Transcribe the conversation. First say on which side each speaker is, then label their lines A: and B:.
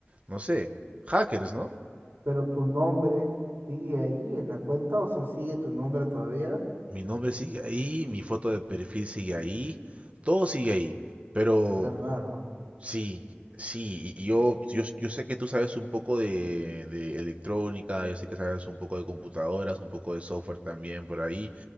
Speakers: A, on the right; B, on the right.
A: no sé, hackers, ¿no?
B: Pero tu nombre sigue ahí en la cuenta, o sea, sigue tu nombre todavía.
A: Mi nombre sigue ahí, mi foto de perfil sigue ahí, todo sigue ahí. Pero
B: Qué raro.
A: Sí, sí, y yo, yo, yo sé que tú sabes un poco de, de electrónica, yo sé que sabes un poco de computadoras, un poco de software también por ahí.